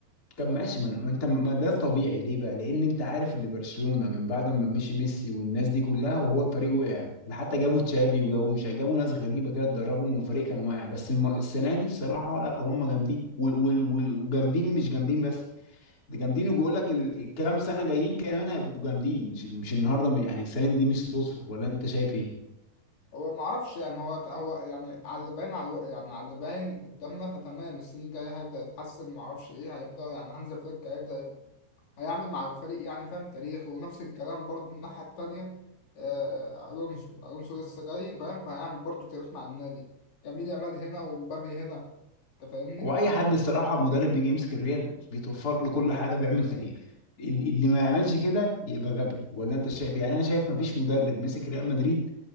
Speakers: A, on the left (about 25°); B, on the left (about 65°).
A: طب
B: أنت فاهم
A: ماشي ما ما انت ما ده طبيعي ليه بقى لان انت عارف اللي برشلونة من بعد ما مشي ميسي والناس دي كلها وهو الفريق وقع ده حتى جابوا تشافي وجابوا مش جابوا ناس غريبة كده اتدربوا من فريق كان واقع بس الم... السنة دي الصراحة لا هم جامدين وال... وال... وال... وجامدين مش جامدين بس ده جامدين وبيقول لك الكام سنة جايين كمان هيبقوا جامدين مش مش النهارده يعني السنة دي دي مش صدفة ولا انت شايف ايه؟
B: هو ما اعرفش يعني هو هو يعني على اللي باين على الو- يعني على اللي باين قدامنا فتمام السنين الجاية هيبدأ يتحسن ما اعرفش ايه هيبدأ يعني هانز فليك هيبدأ هيعمل مع الفريق يعني فاهم تاريخ ونفس الكلام برضه من الناحية التانية آه، ألونسو ألونسو لسه جاي فاهم فهيعمل برضه تاريخ مع النادي يمين يامال هنا ومبابي هنا أنت فاهمني؟
A: هو اي حد الصراحه مدرب بيجي يمسك الريال بيتوفر له كل حاجه بيعمل تاريخ ال- اللي ما يعملش كده يبقى غبي ولا انت شايف إيه؟ يعني انا شايف ما فيش مدرب مسك ريال مدريد